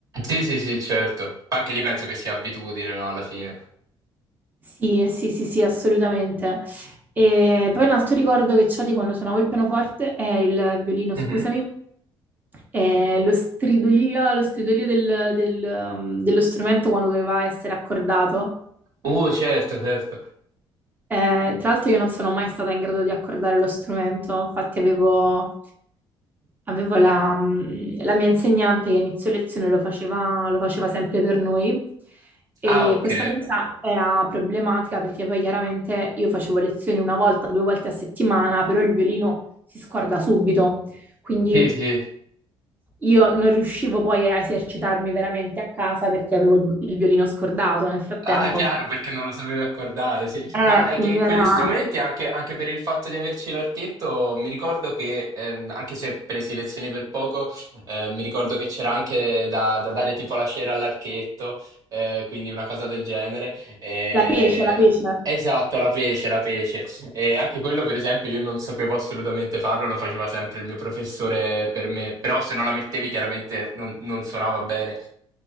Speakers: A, on the right; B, on the right.
A: Sì, sì, sì, certo. Anche lì penso che sia abitudine, no, alla fine.
B: Sì, eh, sì, sì, sì, assolutamente. E poi un altro ricordo che ho di quando suonavo il pianoforte è il violino,
A: Mhm.
B: scusami, è lo stridolio, lo stridolio del- del, um, dello strumento quando doveva essere accordato.
A: Uh, certo, certo.
B: Eh, tra l'altro io non sono mai stata in grado di accordare lo strumento, infatti avevo, avevo la, mm, la mia insegnante che a inizio lezione lo faceva, lo faceva sempre per noi e
A: Ah, ok.
B: questa cosa era problematica perché poi chiaramente io facevo lezioni una volta, due volte a settimana, però il violino si scorda subito, quindi
A: Sì, sì.
B: io non riuscivo poi a esercitarmi veramente a casa perché avevo il violino scordato nel frattempo.
A: Ah, chiaro, perché non lo sapevi accordare, sì.
B: Eh,
A: Ma è
B: quindi
A: che quegli
B: era
A: strumenti, anche, anche per il fatto di averci l'archetto, mi ricordo che, ehm, anche se presi lezioni per poco, eh, mi ricordo che c'era anche da, da dare tipo la cera all'archetto, eh, quindi una cosa del genere. Eh,
B: la pece, la pece.
A: esatto, la pece, la pece. E anche quello, per esempio, io non sapevo assolutamente farlo, lo faceva sempre il mio professore per me, però se non la mettevi chiaramente non non suonava bene.